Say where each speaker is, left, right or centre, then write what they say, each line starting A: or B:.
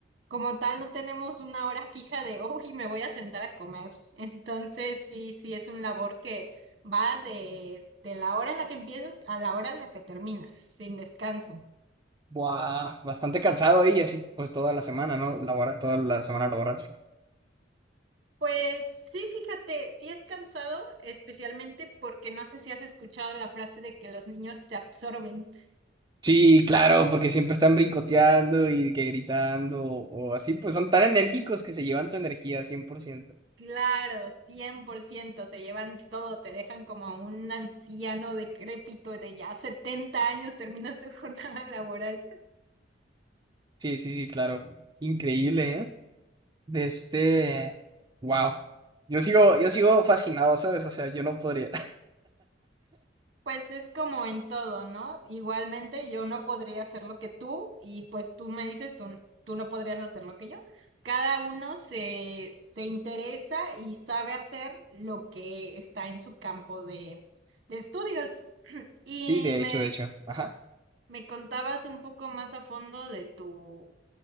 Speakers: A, on the right; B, on the right.
A: como tal, no tenemos una hora fija de, <laughs> uy, me voy a sentar a comer. Entonces, sí, sí, es un labor que va de, de la hora en la que empiezas a la hora en la que terminas, sin descanso.
B: Buah, bastante cansado ahí, así pues toda la semana, ¿no? Labora, toda la semana laboral.
A: Pues sí, fíjate, sí es cansado, especialmente porque no sé si has escuchado la frase de que los niños te absorben.
B: Sí, claro, porque siempre están brincoteando y que gritando o así, pues son tan enérgicos que se llevan tu energía cien por ciento
A: Claro, 100%, se llevan todo, te dejan como un anciano decrépito de ya 70 años, terminas tu <laughs> jornada laboral.
B: Sí, sí, sí, claro. Increíble, ¿eh? De este... Wow. Yo sigo, yo sigo fascinado, ¿sabes? O sea, yo no podría. <laughs>
A: Pues es como en todo, ¿no? Igualmente yo no podría hacer lo que tú y pues tú me dices, tú, tú no podrías hacer lo que yo. Cada uno se, se interesa y sabe hacer lo que está en su campo de, de estudios. Y
B: Sí, de
A: me,
B: hecho, de hecho. Ajá.
A: me contabas un poco más a fondo de tu,